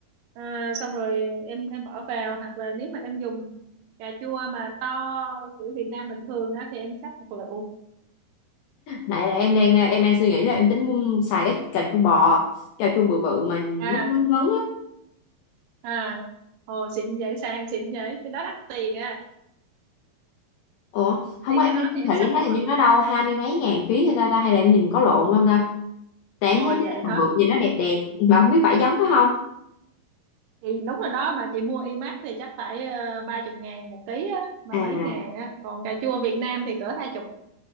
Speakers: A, on the right; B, on the left.
A: À, xong rồi em em bỏ vào hoặc là nếu mà em dùng cà chua mà to kiểu Việt Nam bình thường á thì em cắt hạt lựu.
B: nãy là em đang em đang suy nghĩ là em tính xài cái cà chua bò cà chua bự bự mà nó
A: À
B: ngấn ngấn á
A: à ồ xịn vậy sàng xịn vậy cái đó đắt tiền á.
B: ủa không
A: Thì
B: có em
A: cái đó
B: thấy siêu
A: thì em
B: thị em
A: cắt
B: thấy
A: hạt
B: hình
A: lựu.
B: như nó đâu hai mươi mấy ngàn ký hay ta ta hay là em nhìn có lộn không ta tại
A: Ồ
B: em thấy cái
A: vậy
B: bự
A: hả?
B: bự nhìn nó đẹp đẹp mà không biết phải giống nó không
A: thì đúng rồi đó mà chị mua imac thì chắc phải ờ, ba chục ngàn một ký á ba
B: à
A: mấy ngàn á còn cà chua Việt Nam thì cỡ hai chục